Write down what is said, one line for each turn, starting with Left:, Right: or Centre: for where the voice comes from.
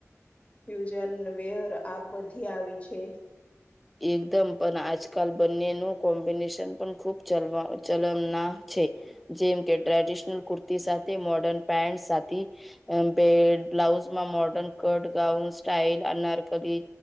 Left: Fusion wear આ બધી આવી છે.
Centre: એકદમ પણ આજકાલ બંને નું કોમ્બિનેશન પણ ખુબ ચલ ચલમના છે. જેમ કે ટ્રેડિશનલ કુર્તી સાથે મોર્ડર્ન પેન્ટ સાથે. બે બ્લાઉઝમાં modern cut gown style anarkali.